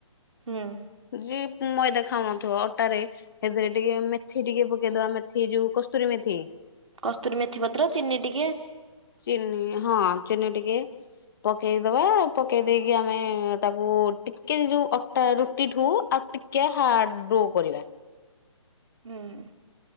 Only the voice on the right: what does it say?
<inaudible>
<inaudible>
<inaudible>